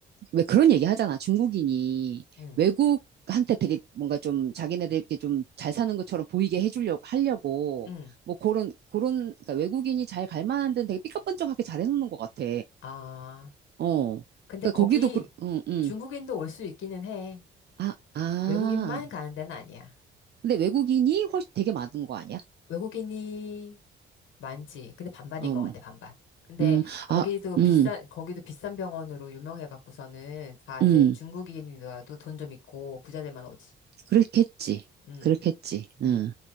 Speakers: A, on the right; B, on the left.
A: 왜 그런 얘기 하잖아. 중국인이
B: 응,
A: 외국한테 되게 뭔가 좀 자기네들 이렇게 좀 잘 사는 것처럼 보이게 해주려고 하려고
B: 응.
A: 뭐 그런 그런 그러니까 외국인이 잘 갈 만한 데는 되게 삐까뻔쩍하게 잘 해놓는 것 같아.
B: 아,
A: 어.
B: 근데
A: 그러니까
B: 거기
A: 거기도 그, 응, 응.
B: 중국인도 올 수 있기는 해.
A: 아, 아.
B: 외국인만 가는 데는 아니야.
A: 근데 외국인이 훨씬 되게 많은 거 아니야?
B: 외국인이 많지. 근데 반반인
A: 음,
B: 것 같아, 반반. 근데
A: 음,
B: 거기도
A: 아, 음,
B: 비싼, 거기도 비싼 병원으로 유명해 갖고서는 다
A: 음.
B: 이제 중국인이라도 돈 좀 있고 부자들만 오지.
A: 그렇겠지.
B: 음,
A: 그렇겠지. 음
B: 음.